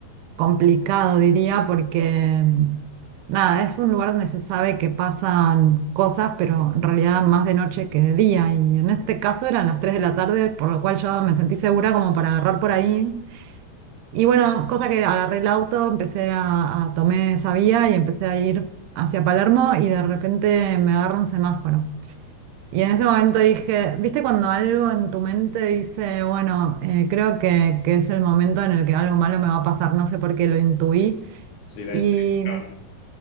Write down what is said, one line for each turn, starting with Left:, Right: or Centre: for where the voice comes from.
Right: complicado, diría, porque mm, nada, es un lugar donde se sabe que pasan cosas, pero en realidad más de noche que de día. Y en este caso eran las 3 de la tarde, por lo cual yo me sentí segura como para agarrar por ahí. Y bueno, cosa que agarré el auto, empecé a, a tomé esa vía y empecé a ir hacia Palermo y de repente me agarra un semáforo. Y en ese momento dije, ¿viste cuando algo en tu mente dice, bueno, eh, creo que, que es el momento en el que algo malo me va a pasar? No sé por qué lo intuí.
Left: sí, la
Right: Y
Left: intuición.